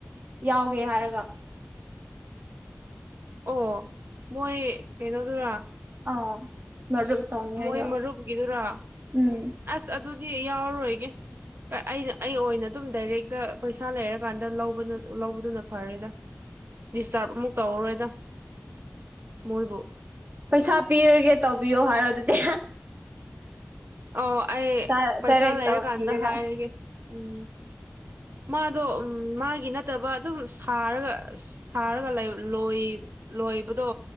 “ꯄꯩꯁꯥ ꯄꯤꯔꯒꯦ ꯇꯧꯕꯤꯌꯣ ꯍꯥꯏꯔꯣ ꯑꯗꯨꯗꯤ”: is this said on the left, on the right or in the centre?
Right